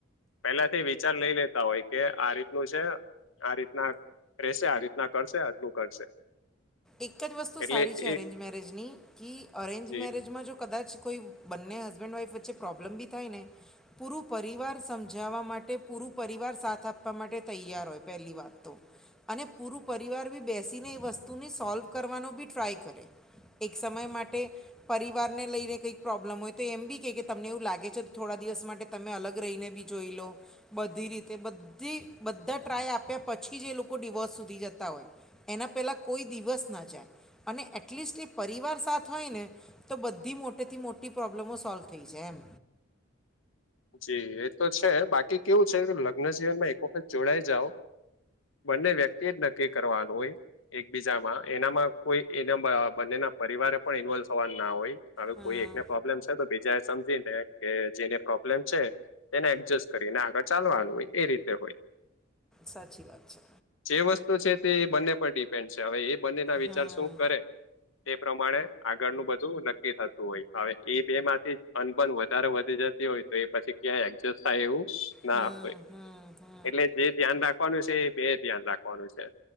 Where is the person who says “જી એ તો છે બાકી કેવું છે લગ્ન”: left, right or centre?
Left